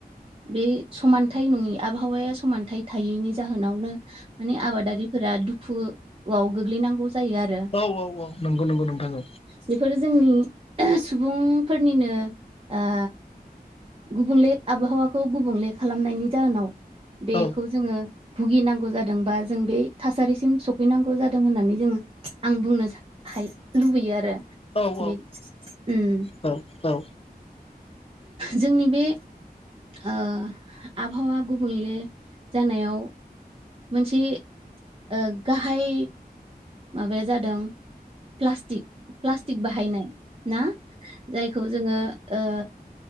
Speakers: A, on the right (about 35°); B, on the left (about 35°).
A: बे समानथाइ नङि आबहावाया समानथाइ थायैनि जाहोनावनो माने आबादारिफोरा दुखुआव गोग्लैनांगौ जायो आरो
B: औ औ औ औ नोंगौ नोंगौ नोंथां औ।
A: बेफोरो जोंनि सुबुंफोरनिनो ओ गुबुंले आबहावाखौ गुबुंले खालामनायनि जाहोनाव बेखौ
B: औ
A: जोङो भुगिनांगौ जादों बा जों बे थासारिसिम सफैनांगौ जादों होननानै जोङो आं बुंनो सा हाय लुबैयो आरो।
B: औ औ
A: बे उम
B: औ औ औ
A: जोंनि बे ओ आबहावा गुबुंले जानायाव मोनसे ओ गाहाय माबाया जादों प्लास्टिक। प्लास्टिक बाहायनाय ना जायखौ जोङो ओ